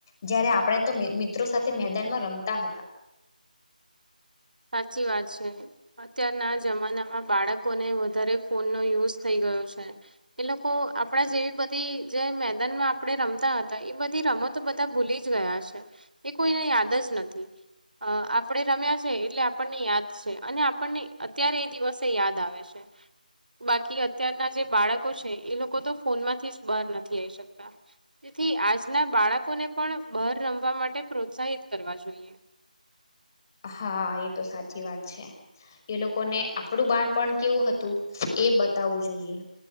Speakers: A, on the left; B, on the right.
A: જયારે આપણે તો મિત્રો સાથે મેદાનમાં રમતા હતા
B: <inaudible> સાચી વાત છે. અત્યારના જમાનામાં બાળકોને વધારે ફોન નો યુઝ થઈ ગયો છે. એ લોકો આપણા જેવી બધી જે મેદાનમાં આપણે રમતા હતા એ બધી રમ હવે તો બધા ભૂલી જ ગયા છે. એ કોઈને યાદ જ નથી. અહ આપણેે રમ્યા છે એટલે આપણને યાદ છે, અને આપણને અત્યારે એ દિવસે યાદ આવે છે. બાકી અત્યારના જે બાળકો છે એ લોકો તો ફોન માંથી જ બહાર નથી આવી શકતા. થી આજના બાળકોને પણ બહર રમવા માટે પ્રોત્સાહિત કરવા જોઈએ. <inaudible>
A: હા એ તો સાચી વાત છે. એ લોકોને આપણું બાળપણ કેવું હતું એ બતાવવું જોઈએ.